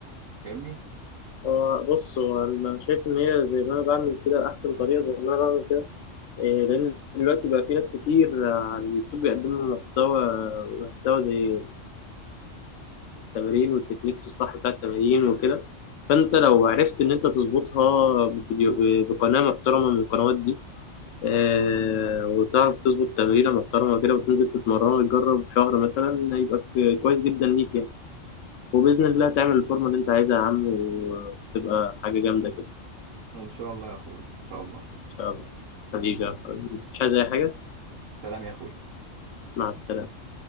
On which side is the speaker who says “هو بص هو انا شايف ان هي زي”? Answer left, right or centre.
Left